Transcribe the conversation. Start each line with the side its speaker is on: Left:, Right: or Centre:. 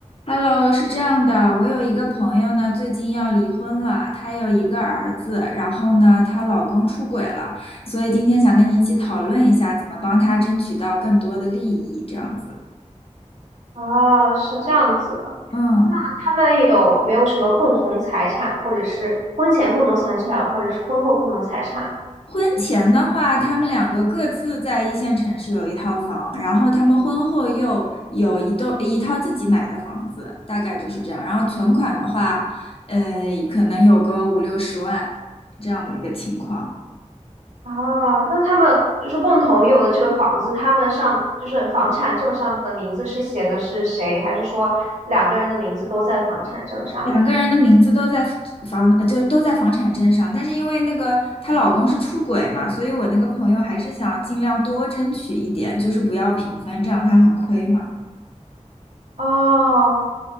Left: Hello，是这样的，我有一个朋友呢，最近要离婚了，她有一个儿子，然后呢，她老公出轨了，所以今天想跟你一起讨论一下，怎么帮她争取到更多的利益，这样子。
Right: 哦，是这样子。
Left: 嗯，
Right: 他们有没有什么共同财产，或者是婚前共同财产，或者是婚后共同财产？
Left: 婚前的话，他们两个各自在一线城市有一套房，然后他们婚后又有一栋一套自己买的房子，大概就是这样。然后存款的话，呃，可能有个五六十万这样的一个情况。
Right: 哦，那他们就是共同有的这个房子，他们上就是房产证上的名字是写的是谁，还是说两个人的名字都在房产证上？
Left: 两个人的名字都在房，呃就都在房产证上，但是因为那个她老公是出轨嘛，所以我那个朋友还是想尽量多争取一点，就是不要平分，这样她很亏嘛。
Right: 哦，